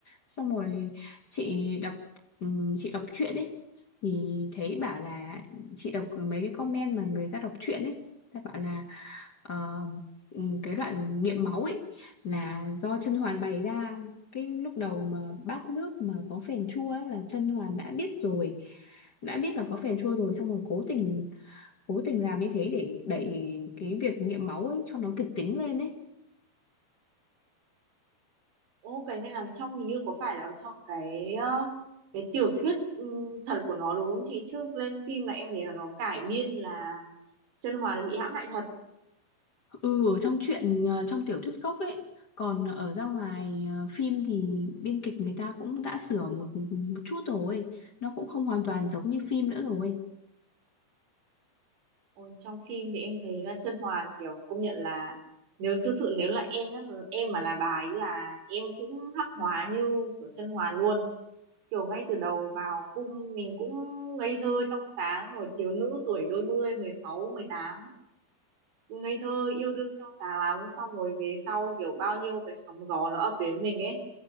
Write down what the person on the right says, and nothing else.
Ô cái này là trong hình như có phải là trong cái ờ, cái tiểu thuyết ừm, thật của nó đúng không chị? Trước lên phim là em thấy là nó cải biên là Chân Hoàn bị hãm hại thật.
Ôi, trong phim thì em thấy là Chân Hoàn kiểu công nhận là nếu thực sự nếu là em á, em mà là bà ấy là em cũng hắc hóa như của Chân Hoàn luôn. Kiểu ngay từ đầu vào cung mình cũng ngây thơ trong sáng rồi thiếu nữ tuổi đôi mươi, mười sáu mười tám ngây thơ yêu đương trong sáng lắm xong rồi về sau kiểu bao nhiêu cái sóng gió nó ập đến mình ấy